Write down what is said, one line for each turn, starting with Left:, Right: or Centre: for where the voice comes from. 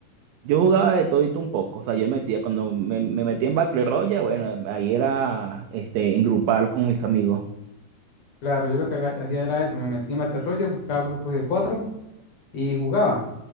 Right: Yo jugaba de todito un poco, o sea, yo metía, cuando me, me metía en Battle Royale, bueno, ahí era, este, en grupal con mis amigos.
Left: Claro, yo lo que haga- hacía era eso, me metía en Battle Royale, buscaba grupos de cuatro y jugaba.